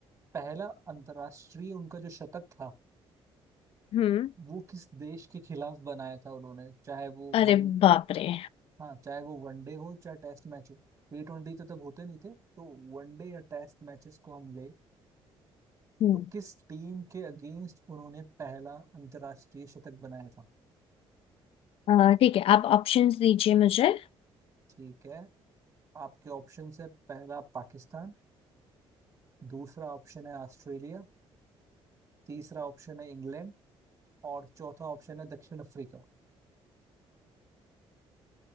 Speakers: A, on the right (about 30°); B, on the left (about 70°).
A: पहला अंतर्राष्ट्रीय उनका जो शतक था
B: हम्म
A: वो किस देश के खिलाफ बनाया था उन्होंने चाहे वो
B: अरे
A: वन
B: बाप रे
A: हाँ चाहे वो वनडे हो चाहे टेस्ट मैच हो टी ट्वेंटी तो तब होते नहीं थे तो वनडे या टेस्ट मैचेस को हम ले
B: हम्म।
A: तो किस टीम के अगेंस्ट उन्होंने पहला अंतर्राष्ट्रीय शतक बनाया था
B: अ, ठीक है आप ऑप्शंस दीजिए मुझे
A: ठीक है आपके ऑप्शन है पहला पाकिस्तान दूसरा ऑप्शन है ऑस्ट्रेलिया तीसरा ऑप्शन है इंग्लैंड और चौथा ऑप्शन है दक्षिण अफ्रीका